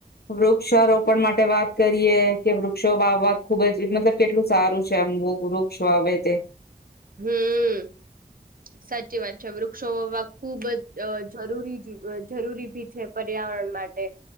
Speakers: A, on the left; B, on the right.
A: વૃક્ષારોપણ માટે વાત કરીએ કે વૃક્ષો વાવવા ખુબ જ મતલબ કેટલું સારું છે એમ વૃક્ષ વાવે તે
B: હમ્મ, સાચી વાત છે. વૃક્ષો ખુબ જ અહ જરૂરી જી જરૂરી ભી છે પર્યાવરણ માટે.